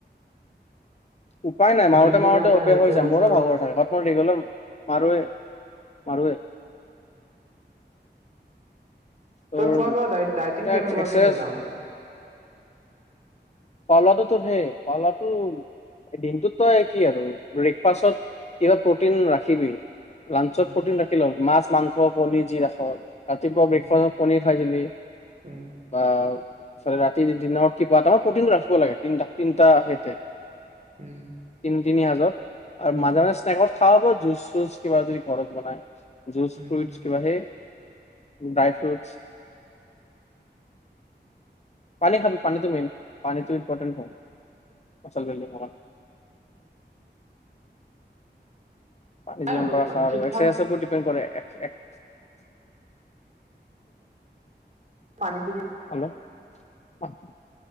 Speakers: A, on the left; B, on the right.
A: উপায় নাই মাৰোতে
B: দিনটোৰ
A: -মাৰোতে
B: কাৰণে
A: অভ্যস
B: আহি
A: হৈ
B: পেলাই
A: যাম মোৰো
B: তাৰপিছত আৰু
A: ভাগৰ থাকে, মই ৰেগুলাৰ মাৰোৱে- মাৰোৱে। তোৰ
B: তই খোৱা লোৱা ডাইট -ডাইটিং কেনেকুৱাকে
A: এক্সাৰচাইজ
B: মিলাও?
A: খোৱা - লোৱাতো তোৰ হেই খোৱা - লোৱাতো দিনটোত তই কি, আৰু ব্ৰেকফাষ্টত কিবা প্ৰটিন ৰাখিবি। লাঞ্চত
B: উম,
A: প্ৰটিন ৰাখি লওঁ মাছ, - মাংস -কণী যি ৰাখ, ৰাতিপুৱা
B: উম,
A: ব্ৰেকফাষ্টত পনীৰ, খাই দিলি।
B: উম,
A: <unintelligible> চাৰা ৰাতি দিনত কি খোৱা টাইমত, প্ৰটিন ৰাখিব লাগে তিনটা -তিনটা সেইতে, -
B: উম,
A: কিন্ত, তিনি হাজত, আৰু
B: উম,
A: মাজে- মাজে স্নেকত, খাঁওব জুচ -চুচ কিবা যদি ঘৰত বনায়। জুচ
B: উম।
A: -ফ্ৰুইটছ কিবাহে, - ড্ৰাই -ফ্ৰুটচ, পানী খাবি পানীটো মেইন। পানীটো ইম্পৰ্টেণ্ট হয়, মচল বিল্ডিং হোৱাত, পানী
B: নাই
A: যিমান পাৰা
B: মানে
A: খা আৰু
B: ঠিক
A: আছে
B: ঠাক
A: আছে প্ৰটি, ট্ৰেন কৰে এক্স - এক, -
B: পানী কিনি,
A: <unintelligible>